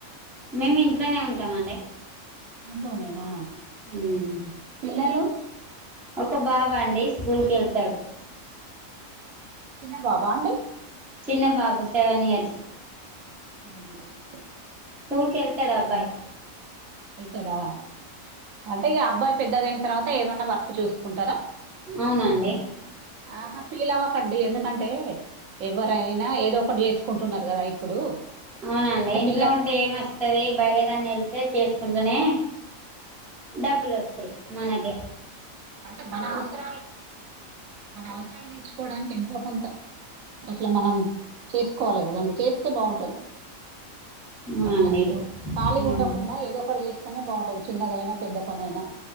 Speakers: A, in the centre; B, on the right (about 75°).
A: మేము ఇంట్లోనే ఉంటాం అండి
B: ఇంట్లో నేనా
A: ఉమ్.
B: పిల్లలు
A: ఒక బాబా అండి స్కూల్ కి వెళ్తాడు
B: చిన్న బాబా అండి
A: చిన్న బాబు సెవెన్ ఇయర్స్
B: <unintelligible>
A: స్కూల్ కి వెళ్తాడు అబ్బాయి
B: వెతాడా అంటే ఈ అబ్బాయి పెద్దగాయిన తర్వాత ఏమన్నా వర్క్ చూసుకుంటారా
A: అవునండి
B: ఆహా ఫీల్ అవ్వకండి ఎందుకంటే ఎవరైనా ఏదో ఒకటి చేసుకుంటున్నారు కదా ఇప్పుడు
A: అవునండి
B: అంటే
A: ఇంట్లో
B: పిల్ల
A: ఉంటే ఏం వస్తుది బయదన్ని వెళ్తే చేసుకుంటూనే డబ్బులు వస్తాయి మనకి
B: అంటే మన అవసరాలు మన అవసరాలు నేర్చుకోవడానికి ఎంతో కొంత అట్లా మనం చేసుకోవాలి కదా అండి చేస్తే బాగుంటది
A: అవునండి
B: అట్లా ఖాళీ ఉండకుండా
A: ఉమ్.
B: ఏదో ఒక చేస్తే అనే బాగుంటది చిన్నదైనా పెద్ద పని అయినా